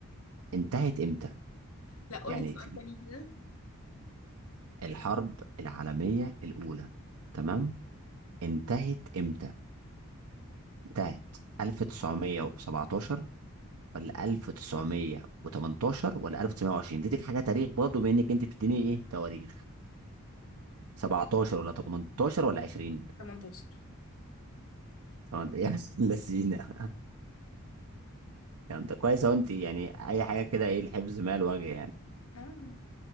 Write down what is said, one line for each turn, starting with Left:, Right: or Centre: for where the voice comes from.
Right: انتهت امتى
Left: لا قولي
Right: يعني
Left: سؤال تاني كده
Right: الحرب العالمية الأولى تمام انتهت إمتى؟ انتهت 1917 ولا 1918 ولا 1920 اديتك حاجة تاريخ برضه بما إنك أنت بتديني إيه تواريخ 17 ولا 18 ولا 20
Left: 18
Right: طبعا <laughs> يا ابن اللذينة <laughs> يعني أنت كويس أهو أنت يعني أي حاجة كده إيه الحفظ ما الوجه يعني
Left: اه